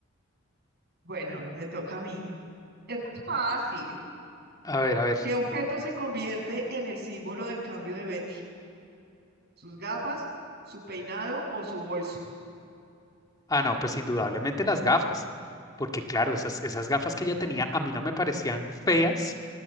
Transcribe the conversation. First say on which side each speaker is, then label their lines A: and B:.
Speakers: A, on the right (about 55°); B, on the left (about 20°).
A: bueno, me toca a mí. Esto es fácil.
B: A ver, a ver.
A: ¿Qué objeto se convierte en el símbolo del cambio de Betty? ¿Sus gafas, su peinado o su bolso?
B: Ah, no, pues indudablemente las gafas, porque claro, esas, esas gafas que ella tenía a mí no me parecían feas,